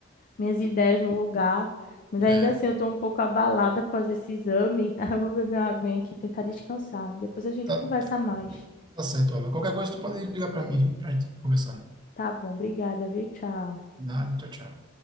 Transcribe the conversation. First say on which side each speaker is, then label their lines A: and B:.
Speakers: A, on the left; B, on the right.
A: minhas ideias no lugar, mas ainda
B: é,
A: assim eu estou um pouco abalada após esse exame. <laughs> Aí eu vou beber uma aguinha aqui e tentar descansar. Depois a gente
B: tá,
A: conversa mais.
B: tá certo, Álvaro. Qualquer coisa tu pode ligar pra mim, pra gente conversar.
A: Tá bom, obrigada, viu? Tchau.
B: Nada, tchau, tchau.